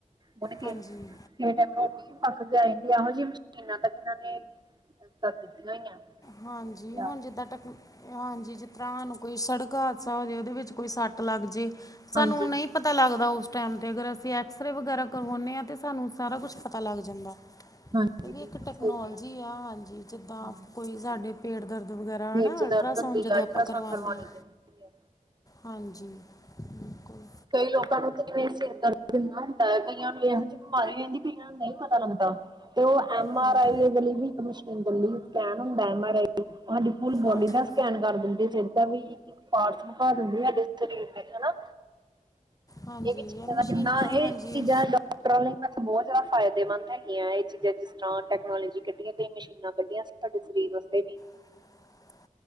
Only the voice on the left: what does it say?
ਹਾਂਜੀ
ਹਾਂਜੀ,
ਹੁਣ ਜਿੱਦਾਂ ਟਕ ਹਾਂਜੀ, ਜਿਸ ਤਰ੍ਹਾਂ ਹਾਨੂੰ ਕੋਈ ਸੜਕ ਹਾਦਸਾ ਹੋ ਜੇ ਔਦੇ ਵਿੱਚ ਕੋਈ ਸੱਟ ਲੱਗ ਜੇ ਸਾਨੂੰ
ਨਈ ਪਤਾ ਲੱਗਦਾ ਔਸ ਟੈਮ ਤੇ ਅਗਰ ਅਸੀਂ ਐਕਸਰੇ ਵਗੈਰਾ ਕਰਵਾਉਂਨੇ ਆ ਤੇ ਸਾਨੂੰ ਸਾਰਾ ਕੁਛ ਪਤਾ ਲੱਗ ਜਾਂਦਾ।
ਈ ਵੀ
ਇੱਕ ਟੈਕਨੋਲਜੀ
ਆ, ਹਾਂਜੀ ਜਿੱਦਾਂ
ਕੋਈ ਸਾਡੇ ਪੇਟ ਦਰਦ ਵਗੈਰਾ
ਹਨਾ,
ਅਲਟਰਾਸਾਊਂਡ
ਜਦੋਂ
ਆਪਾਂ ਕਰਵਾਉਂਦੇ
ਹਾਂ,
ਹਾਂਜੀ। ਬਿਲਕੁਲ
ਹਾਂਜੀ
ਹਾਂਜੀ
ਹਾਂਜੀ
ਮਸ਼ੀਨਾਂ
ਹਾਂਜੀ
<inaudible>